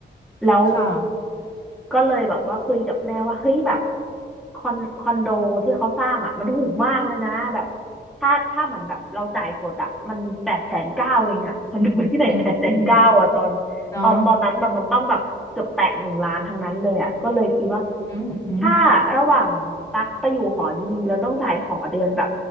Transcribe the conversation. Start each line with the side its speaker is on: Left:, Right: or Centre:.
Centre: แล้ว
Left: ค่ะ
Centre: ก็เลยแบบว่าคุยกับแม่ว่าเฮ้ยแบบคอนคอนโดที่เขาสร้างอ่ะมันถูกมากเลยนะแบบถ้าถ้าเหมือนแบบเราจ่ายสดอ่ะมันแปดแสนเก้าเองอ่ะคอนโดที่ไหนแปดแสนเก้าอ่ะตอน
Left: อืมเนาะ
Centre: ตอนตอนนั้นแบบมันต้องแบบเกือบแตะหนึ่งล้านทั้งนั้นเลยอ่ะก็เลยคิดว่า
Left: อืมอืม
Centre: ถ้าระหว่างตักไปอยู่หอดีๆเราต้องจ่ายหอเดือนแบบ